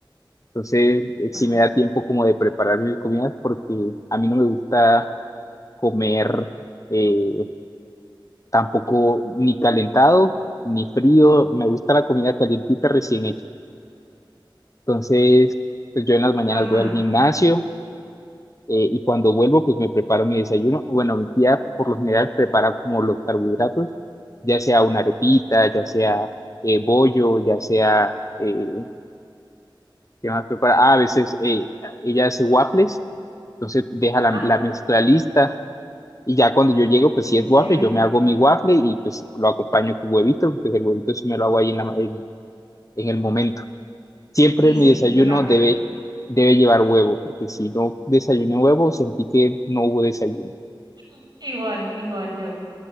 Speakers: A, on the left; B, on the right.
A: Entonces, sí
B: Ajá.
A: me da tiempo como de preparar mis comidas porque a mí no me gusta comer eh, tampoco ni calentado ni frío. Me gusta la comida calientita recién hecha. Entonces, pues yo en las mañanas
B: Ajá.
A: voy al gimnasio eh, y cuando vuelvo, pues me preparo mi desayuno. Bueno, mi tía por lo general prepara como los carbohidratos, ya sea una arepita,
B: Sí.
A: ya sea eh, bollo, ya sea, eh, ¿qué más prepara? Ah, a veces eh, ella hace waffles, entonces deja
B: Ajá.
A: la, la mezcla lista y ya cuando yo llego, pues si
B: Qué
A: es
B: chévere.
A: waffle, yo me hago mi waffle y pues lo acompaño con huevito, pues el huevito sí me lo hago ahí en, la- en, en el momento. Siempre
B: Sí,
A: mi
B: sí,
A: desayuno
B: que eso es rápido.
A: debe, debe llevar huevo, porque si no desayuné huevo, sentí que no hubo desayuno.
B: <laughs> Igual, igual yo.